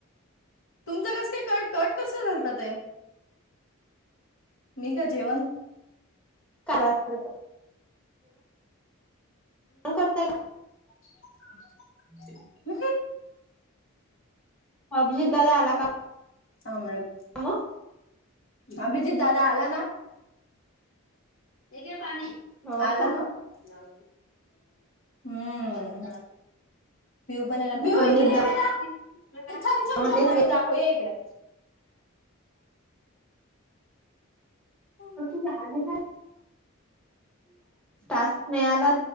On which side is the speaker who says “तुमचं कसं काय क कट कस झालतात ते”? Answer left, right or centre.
Left